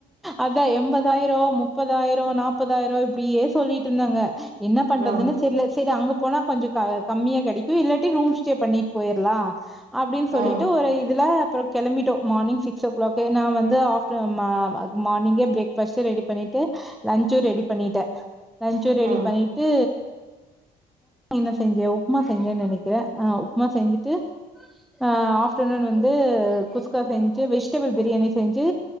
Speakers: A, in the centre; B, on the right.
A: அதா எம்பதாயிரம் முப்பதாயிரம் நாப்பதாயிரம் இப்டியே சொல்லிட்டு இருந்தாங்க என்ன பண்றதுன்னு
B: ம்
A: தெர்ல சரி அங்க போனா கொஞ்சோ க கம்மியா கொடைக்கும் இல்லாட்டி ரூம் ஸ்டே பண்ணிட் போயிர்லா அப்டின்
B: ம்
A: சொல்லிட்டு ஒரு இதுல அப்புறம் கொளம்பிட்டோ மார்னிங் சிக்ஸ் ஓ கிளாக்கே நா வந்து ஆஃப்டர் மா மார்னிங்கே பிரேக் பாஸ்ட் ரெடி பண்ணிட்டு லன்ச்சூ ரெடி பண்ணிட்டே லன்ச்சூ ரெடி
B: ம்
A: பண்ணிட்டு என்ன செஞ்சே உப்மா செஞ்சேன்னு நெனக்கிறே ஆ உப்மா செஞ்சுட்டு அ ஆஃப்டர்நூன் வந்து குஸ்கா செஞ்சு வெஜிடபிள் பிரியாணி செஞ்சு